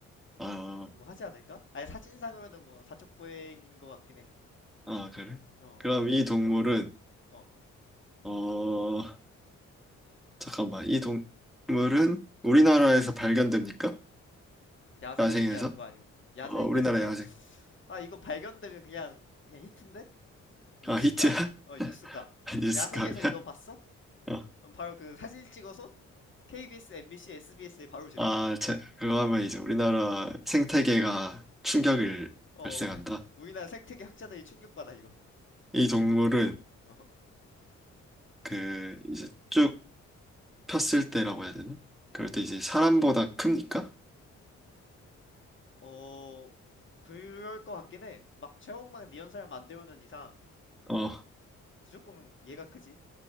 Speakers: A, in the centre; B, on the left (about 40°).
A: 아,
B: 뭐 하지 않을까? 아니, 사진상으로는 어, 사촉보행인 것 같긴 해.
A: 아, 그래?
B: 어,
A: 그럼 이 동물은,
B: 어, 어,
A: 어, 잠깐만, 이 동물은 우리나라에서
B: 음.
A: 발견됩니까?
B: 야생
A: 야생에서?
B: 얘기하는 거 아니면 야생에서는
A: 어, 우리나라 야생.
B: 아 이거 발견되면 그냥 그냥 히트인데? 뉴스감.
A: 아, 히트야?
B: 어, 뉴스감.
A: <laughs> 뉴스캅이야?
B: 야생에서 이거 봤어?
A: 어.
B: 그럼 바로 그 사진 찍어서 KBS, MBC, SBS에 바로 제보.
A: 아, 제 그거 하면 이제 우리나라 생태계가 충격을
B: 어,
A: 발생한다.
B: <laughs> 우리나라 생태계 학자들이 충격받아 이거.
A: 이 동물은
B: 놈, 어,
A: 그 이제 쭉 폈을 때라고 해야 되나?
B: 음.
A: 그럴 때 이제 사람보다 큽니까?
B: 어, 그럴 것 같긴 해. 막 최홍만 리언설 만안되오는 이상.
A: 어,
B: 무조건 얘가 크지.